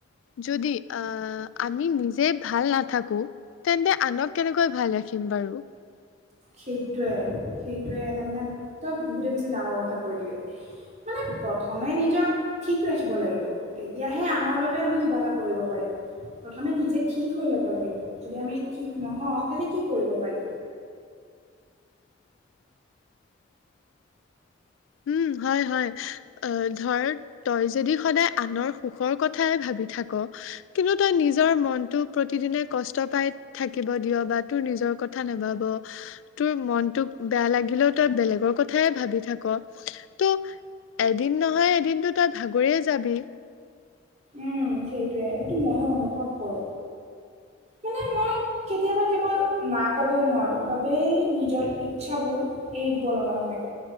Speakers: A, on the left; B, on the right.
A: যদি অ' আমি নিজে ভাল নাথাকোঁ। তেন্তে আনক কেনেকৈ ভাল ৰাখিম বাৰু।
B: সেইটোৱে সেইটোৱে এটা মানে তই বহুতে বেছি ডাঙৰ কথা কৈ দিলি। মানে প্ৰথমে নিজক ঠিক ৰাখিব লাগিব, তেতিয়াহে আনৰ বাবে আমি কিবা এটা কৰিব পাৰিম। প্ৰথমে নিজে ঠিক হৈ ল'ব লাগিব, যদি আমি ঠিক নহওঁ তেন্তে কি কৰিব পাৰিম।
A: উম, হয় হয়। অ' ধৰ তই যদি সদায় আনৰ সুখৰ কথাই ভাবি থাকোঁ কিন্তু তই নিজৰ মনটো প্ৰতিদিনে কষ্ট পাই থাকিব দিয় বা তোৰ নিজৰ কথা নাভাবো তোৰ মনটোক বেয়া লাগিলেও তই বেলেগৰ কথাই ভাবি থাকোঁ। ত' এদিন নহয় এদিনতো তই ভাগৰিয়ে যাবি।
B: উম, সেইটোয়ে সেইটো ময়ো অনুভৱ কৰোঁ। মানে মই কেতিয়াবা কেৱল না ক'ব নোৱাৰোঁ বাবেই নিজৰ ইচ্ছাবোৰ এৰি দিব লগা হয়।